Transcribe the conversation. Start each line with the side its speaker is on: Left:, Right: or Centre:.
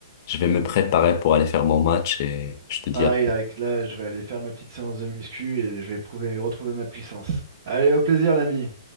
Left: je vais me préparer pour aller faire mon match et je te dis
Right: Pareil,
Left: à
Right: là, avec- là, je vais aller faire ma petite séance de muscu et je vais prouver, retrouver ma puissance. Allez, au plaisir, l'ami.